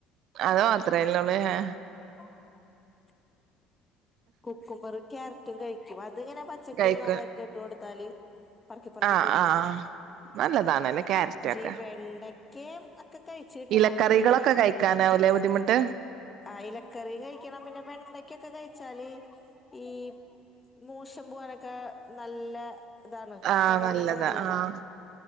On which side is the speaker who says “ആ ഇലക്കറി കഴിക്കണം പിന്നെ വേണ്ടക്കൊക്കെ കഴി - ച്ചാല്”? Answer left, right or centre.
Left